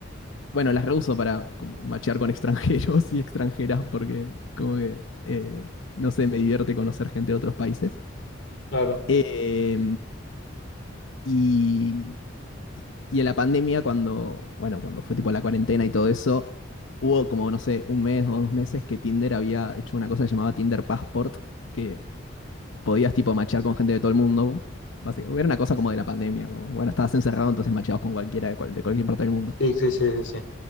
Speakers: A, on the left; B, on the left.
A: Bueno, las reuso para como machear con <laughs> extranjeros y extranjeras porque como que, eh, no sé, me divierte conocer gente de otros países.
B: Claro.
A: Eh, y, y en la pandemia, cuando, bueno, cuando fue tipo la cuarentena y todo eso, hubo como, no sé, un mes o dos meses que Tinder había hecho una cosa que llamaba Tinder Passport, que podías tipo machear con gente de todo el mundo. Básicamente, era una cosa como de la pandemia, como, bueno, estabas encerrado, entonces macheabas con cualquiera de, cual- de cualquier parte del mundo.
B: Sí, sí, sí, sí, sí.